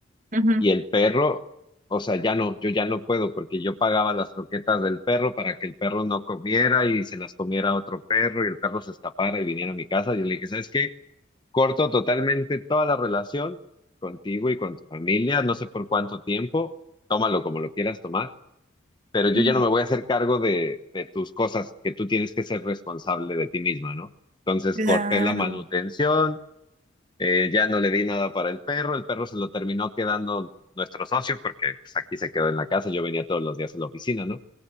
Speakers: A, on the right; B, on the left.
A: Ujú.
B: y el perro, o sea, ya no, yo ya no puedo, porque yo pagaba las croquetas del perro para que el perro no comiera y se las comiera otro perro y el perro se escapara y viniera a mi casa. Yo le dije, ¿sabes qué? Corto totalmente toda la relación contigo y con tu familia, no sé por cuánto tiempo, tómalo como lo quieras tomar pero yo
A: Mm,
B: ya no me voy a hacer cargo de, de tus cosas, que tú tienes que ser responsable de ti misma, ¿no? Entonces
A: Claro.
B: corté la manutención, eh, ya no le di nada para el perro, el perro se lo terminó quedando nuestro socio porque pues, aquí se quedó en la casa, yo venía todos los días a la oficina, ¿no?